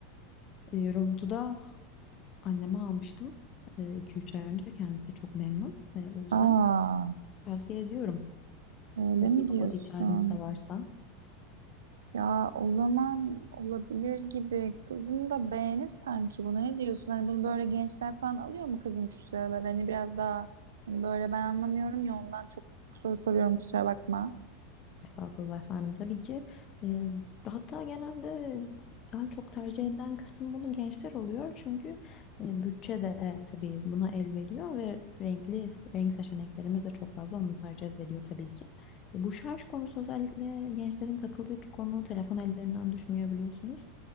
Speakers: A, on the left (about 40°); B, on the right (about 80°).
A: E, robotu da anneme almıştım. iki üç ay önce. Kendisi de çok memnun. E, o yüzden
B: Aa,
A: tavsiye ediyorum.
B: öyle
A: Böyle
B: mi
A: bir
B: diyorsun?
A: robot ihtiyacınız da varsa.
B: Ya o zaman olabilir gibi. Kızım da beğenir sanki bunu. Ne diyorsun? Hani bunu böyle gençler falan alıyor mu kızım şu sıralar? Hani biraz daha hani böyle ben anlamıyorum ya ondan çok soru soruyorum kusura bakma.
A: Estağfurullah efendim. Tabii ki e, hatta genelde daha çok tercih eden kısım bunu gençler oluyor. Çünkü e, bütçe de tabii buna el veriyor ve renkli renk seçeneklerimiz de çok fazla onları cezbediyor tabii ki. E, bu şarj konusu özellikle gençlerin takıldığı bir konu. Telefon ellerinden düşmüyor biliyorsunuz.